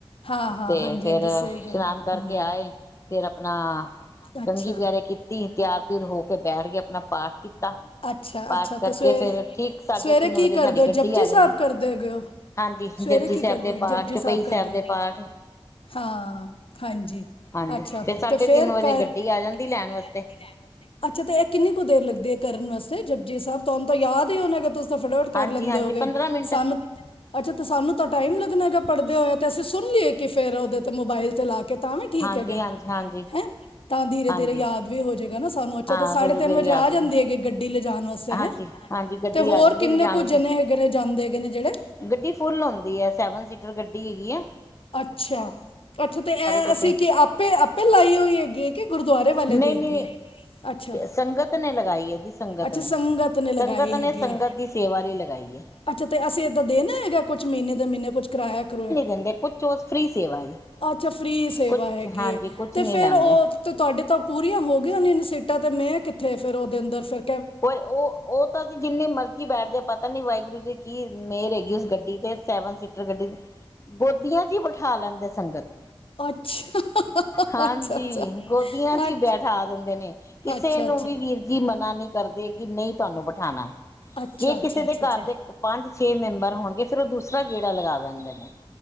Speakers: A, on the left (about 75°); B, on the left (about 30°).
A: ਹਾਂ ਹਾਂ
B: ਤੇ
A: ਹਾਂਜੀ
B: ਫੇਰ
A: ਹਾਂਜੀ
B: ਇਸ਼ਨਾਨ
A: ਸਹੀ ਗੱਲ
B: ਕਰਕੇ
A: ਹੂੰ
B: ਆਏ ਫੇਰ ਆਪਣਾ
A: ਅੱਛਾ
B: ਕੰੰਘੀ ਵਗੈਰਾ ਕੀਤੀ ਤਿਆਰ ਤਿਉਰ ਹੋ ਕੇ ਬੈਠ ਗਏ ਆਪਣਾ ਪਾਠ ਕੀਤਾ
A: ਅੱਛਾ
B: ਪਾਠ
A: ਅੱਛਾ ਤੇ
B: ਕਰਕੇ
A: ਸਵੇ
B: ਫੇਰ ਠੀਕ ਸਾਢੇ
A: ਸਵੇਰੇ
B: ਤਿੰਨ
A: ਕੀ
B: ਵਜੇ
A: ਕਰਦੇ
B: ਸਾਡੀ
A: ਹੋ ਜਪਜੀ
B: ਗੱਡੀ ਆ ਜਾਂਦੀ
A: ਸਾਹਿਬ ਕਰਦੇ ਹੈਗੇ ਹੋ
B: ਹਾਂਜੀ
A: ਸਵੇਰੇ
B: ਜਪਜੀ
A: ਕੀ
B: ਸਾਹਿਬ
A: ਕਰਦੇ
B: ਦੇ
A: ਜਬਜੀ
B: ਪਾਠ ਚੌਪਈ
A: ਸਾਹਿਬ ਕਰਦੇ
B: ਦੇ ਪਾਠ
A: ਹਾਂ ਹਾਂਜੀ।
B: ਹਾਂਜੀ
A: ਅੱਛਾ
B: ਸਾਢੇ
A: ਤੇ ਫੇਰ
B: ਤਿੰਨ
A: ਕ,
B: ਵਜੇ
A: ਸਾਡੇ
B: ਗੱਡੀ
A: ਤਿੰਨ
B: ਆ ਜਾਂਦੀ
A: ਵਜੇ
B: ਲੈਣ
A: ਗੱਡੀ
B: ਵਾਸਤੇ
A: ਆ ਜਾਂਦੀ ਲੈਣ। ਅੱਛਾ ਤੇ ਇਹ ਕਿੰਨੀ ਕੁ ਦੇਰ ਲੱਗਦੀ ਹੈ ਕਰਨ ਵਾਸਤੇ ਜਪਜੀ ਸਾਹਿਬ ਤੁਹਾਨੂੰ ਤਾਂ ਯਾਦ ਹੀ ਹੋਣਾ ਤੁਸੀਂ ਫਟਾਫਟ ਕਰ
B: ਹਾਂਜੀ
A: ਲੈਂਦੇ
B: ਹਾਂਜੀ
A: ਹੋ ਗਏ
B: ਪੰਦਰਾਂ ਮਿੰਟ
A: ਸਾਨੂੰ ਅੱਛਾ ਤੇ ਸਾਨੂੰ ਤਾਂ ਟਾਈਮ ਲੱਗਣਾ ਹੈਗਾ ਪੜਦੇ ਹੋਏ ਆ ਤੇ ਅਸੀਂ ਸੁਣ ਲਈਏ ਕਿ ਫੇਰ ਉਹਦੇ ਤੇ ਮੋਬਾਇਲ ਤੇ ਲਾ ਕੇ ਤਾਂ ਵੀ ਠੀਕ
B: ਹਾਂਜੀ
A: ਹੈਗਾ,
B: ਹਾਂਜੀ ਹਾਂਜੀ
A: ਹੈਂ। ਤਾਂ ਧੀਰੇ-
B: ਹਾਂਜੀ
A: ਧੀਰੇ ਯਾਦ ਵੀ ਹੋਜਏਗਾ ਨਾ ਸਾਨੂੰ ਅੱਛਾ
B: ਹਾਂ
A: ਤਾਂ ਸਾਢੇ
B: ਤੇਰੀ
A: ਤਿੰਨ
B: ਤੇਰੀ
A: ਵਜੇ
B: ਯਾਦ
A: ਆ ਜਾਂਦੀ
B: ਵੀ
A: ਹੈਗੇ ਗੱਡੀ ਲਿਜਾਣ ਵਾਸਤੇ।
B: ਹਾਂਜੀ
A: ਹੈਂ
B: ਹਾਂਜੀ ਗੱਡੀ
A: ਤੇ ਹੋਰ
B: ਆ ਜਾਂਦੀ
A: ਕਿੰਨੇ
B: ਲਿਜਾਣ
A: ਕੁੱ
B: ਵਾਸਤੇ
A: ਜਣੇ ਹੈਗੇ ਨੇ ਜਾਂਦੇ ਹੈਗੇ ਨੇ ਜਿਹੜੇ।
B: ਗੱਡੀ ਫੁੱਲ ਹੋਂਦੀ ਹੈ ਸੈਵਨ ਸੀਟਰ ਗੱਡੀ ਹੈਗੀ ਆ।
A: ਅੱਛਾ- ਅੱਛਾ ਤੇ ਇਹ
B: ਗੱਡੀ
A: ਅਸੀਂ ਕਿ ਆਪੇ- ਆਪੇ ਲਾਈ ਹੋਈ ਹੈਗੀ। ਕੀ ਗੁਰਦੁਆਰੇ ਵਾਲਿਆਂ
B: ਨਹੀਂ
A: ਦੇ ਹੈਗੇ
B: ਨਹੀਂ
A: ਹੈ। ਅੱਛਾ
B: ਸੰਗਤ ਨੇ ਲਗਾਈ ਹੈ ਜੀ ਸੰਗਤ
A: ਅੱਛਾ
B: ਨੇ
A: ਸੰਗਤ ਨੇ ਲਗਾਈ
B: ਸੰਗਤ
A: ਹੈਗੀ
B: ਨੇ ਸੰਗਤ
A: ਹੈ
B: ਦੀ ਸੇਵਾ ਲਈ ਲਗਾਈ ਹੈ।
A: ਅੱਛਾ ਤੇ ਅਸੀਂ ਇੱਦਾਂ ਦੇਣਾ ਹੈਗਾ ਕੁਛ ਮਹੀਨੇ ਦੇ ਮਹੀਨੇ ਕੁਛ ਕਰਾਇਆ ‌ਕਰੁਆ।
B: ਉੱਥੇ ਕੁਛ ਉਸੋ ਫ੍ਰੀ ਸੇਵਾ। ਜੀ
A: ਅੱਛਾ ਫ੍ਰੀ ਸੇਵਾ
B: ਕੁਛ
A: ਹੈਗੀ
B: ਹਾਂਜੀ
A: ਐ
B: ਕੁਛ
A: ਤੇ
B: ਨਹੀਂ
A: ਫੇਰ
B: ਲੈਂਦੇ
A: ਉਹ ਤੇ ਤੁਹਾਡੇ ਤਾਂ ਪੂਰੀਆਂ ਹੋ ਗਈਆਂ ਨੇ ਇ ਸੀਟਾਂ ਤੇ ਮੈਂ ਕਿੱਥੇ ਫੇਰ ਉਹਦੇ ਅੰਦਰ ਫੇਰ
B: ਕੋਈ ਉਹ- ਉਹ ਤਾਂ ਜਿੰਨੀ ਮਰਜ਼ੀ ਬੈਠਦੇ ਆ ਪਤਾ ਨੀ ਵਾਹਿਗੁਰੂ ਦੀ ਕੀ ਮੇਹਰ ਹੈਗੀ ਐ ਉਸ ਗੱਡੀ ਤੇ ਸੈਵਨ ਸੀਟਰ ਗੱਡੀ ਤੇ ਗੋਧੀਆਂ 'ਚ ਹੀ ਬਿਠਾ ਲੈਂਣ ਦੇ ਸੰਗਤ।
A: ਅੱਛਾ,
B: ਹਾਂਜੀ
A: ਅੱਛਾ, ਅੱਛਾ,
B: ਗੋਦੀਆਂ ਚ
A: ਅੱਛ
B: ਹੀ ਬੈਠਾ ਦਿੰਦੇ ਨੇ ਕਿਸੇ
A: ਅੱਛਾ, ਅੱਛਾ। ਅੱਛਾ,
B: ਨੂੰ ਵੀ ਵੀਰ ਜੀ ਮਨਾ ਨਹੀਂ ਕਰਦੇ ਕਿ ਨਹੀਂ ਤੁਹਾਨੂੰ ਬਿਠਾਣਾ।
A: ਅੱਛਾ,
B: ਜੇ ਕਿਸੇ
A: ਅੱਛਾ, ਅੱਛਾ।
B: ਦੇ ਘਰ ਦੇ ਪੰਜ- ਛੇ ਮੈਂਬਰ ਹੋਣਗੇ ਫੇਰ ਉਹ ਦੂਸਰਾ ਗੇੜਾ ਲਗਾ ਦਿੰਦੇ ਨੇ।